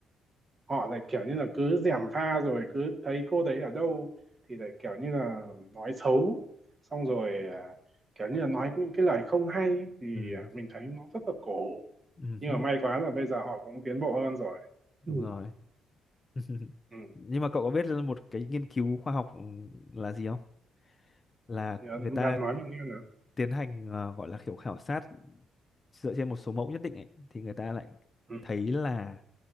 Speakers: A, on the right (about 25°); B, on the left (about 30°).
A: họ lại kiểu như là cứ gièm pha rồi cứ thấy cô đấy ở đâu thì lại kiểu như là nói xấu xong rồi à, kiểu như là nói những cái lời không hay thì
B: ừ,
A: à, mình thấy nó rất là cổ hủ
B: ừ,
A: nhưng
B: hứ,
A: mà may quá là bây giờ họ cũng tiến bộ hơn rồi
B: đúng
A: Ừ.
B: rồi. <laughs>
A: ừ.
B: Nhưng mà cậu có biết là một cái nghiên cứu khoa học ừ, là gì không? Là
A: nhớ-
B: người ta
A: bạn nói mình nghe nào
B: tiến hành ờ, gọi là kiểu khảo sát dựa trên một số mẫu nhất định ấy, thì người ta lại
A: ừ.
B: thấy là